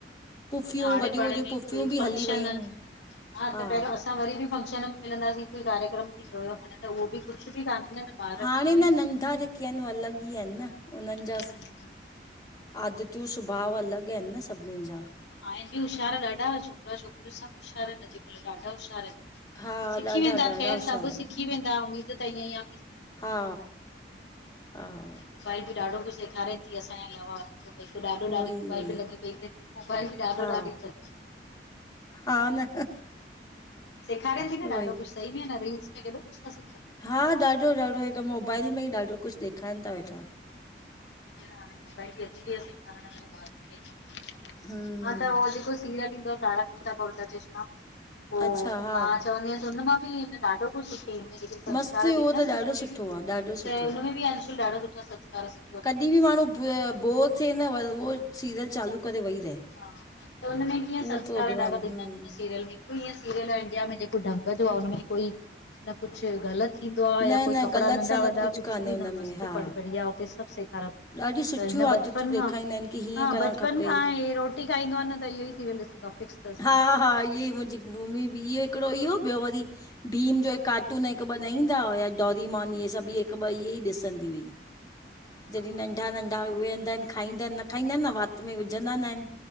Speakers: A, on the left (about 20°); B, on the left (about 85°).
A: पुफियूं
B: न आड़े
A: वॾियूं
B: पाड़े
A: वॾियूं
B: में
A: पुफियूं
B: कोई
A: बि
B: फंक्शन
A: हली वयूं
B: हा
A: हा
B: त पहिरियों असां वरी बि फंक्शन। मिलंदासी कोई कार्यक्रम थींदो हुयो हाणे त उहो बि कुछ बि काने न। ॿार
A: हाणे
B: किथां
A: न नंढा जेके आहिन उऐ अलग। ईअयान न उनन जा
B: सिखनि
A: आदतियूं, सुभाव अलग आहिन न सभिनन जा।
B: आहिन बि हशियार ॾाढा छोकरा छोकिरियूं सभ होशियार अॼुकल्ह ॾाढा होशियार ईन।
A: हा
B: सिखी
A: ॾाढा
B: वेंदा,
A: ॾाढा
B: ख़ैर
A: होशियार
B: सभ
A: आहिनि
B: सिखी वेंदा, उम्मीद त ईअं आ।
A: हा हा।
B: मोबाइल बि ॾाढो कुझु सेखारे थी, असांजे अलावा। हिक ॾाढो,
A: उहोई
B: ॾाढी मोबाइल
A: उहोई
B: बि लॻी पई तन मोबाइल ॾाढो,
A: हा
B: ॾाढी तन।
A: हा न?
B: सेखारि थी न
A: उहोई
B: ॾाढो कुछ सही में आहे न रील्स में केॾो कुझु था सिखन।
A: हा ॾाढो ॾाढो हिक मोबाइल में ई ॾाढो कुछ ॾेखारीनि था वेठां।
B: हाणे मोबाइल बि अची वयी आ सेखारण लाइ ॿार खे। हा
A: हम्म
B: त उहो जेको सीरियल ईंदो आ, तारक मेहता का उल्टा चश्मा। पोइ
A: अचछा, हा।
B: मां चवंदी आहिसं हुन मां बि ॾाढो कुछ। में जेके <unintelligible> संस्कार
A: मस्तु
B: ॾींदा
A: उहो
B: आहिनि
A: त
B: हुनमें
A: ॾाढो सुठो आहे ॾाढो
B: त
A: सुठो
B: हुनमें बि अंशुल ॾाढा सुठा संस्कार सिंधियों
A: कॾहिं बि माण्हू बोर थिए न व उहो सीरियल चालू करे वेही रहे।
B: हा त हुनमें कीअं
A: उहो
B: संस्कार
A: प्रोग्राम
B: ॾाढा थीदां
A: हम्म
B: आहिन। सिरियल मेंं ईअं सरियअल इंडिया में जेको ढंग जो आहे हुन में कोई न कुझ ग़लत -- थींदो आहे
A: न
B: या कोई
A: न
B: कपिड़ा
A: ग़लति
B: नंढा
A: सलत
B: वॾा
A: कुझु
B: कुझ
A: कान्हे
B: बि
A: हुन
B: न मस्तु
A: में
B: --
A: हा
B: या उते सभु सेखारिन
A: ॾाढी सुठियूं
B: त हिन
A: आदतूं
B: बचपन
A: ॾेखारींदा
B: खां
A: आहिनि की हीअं
B: हा
A: करणु
B: बचपन
A: खपे
B: खांई <unintelligible> रोटी खाईंदो आ न इहों ही सीरीयल ॾिसंदो फिक्स --
A: हा हा ईअं मुंहिंजी भूमी बि इहो हिकिड़ो इहो ॿियो वरी -- भीम जो हिक कार्टून हिकु ॿ न ईदां हुया डॉरीमॉन इहे सभ हिकु ॿ ईऐ ॾिसंदी हुई।
B: <inaudible> हा
A: जॾहिं नंढा नंढा वेहंदा आहिन खाईंदा न खाईदा आहिन वात में विझंदा न आहिन।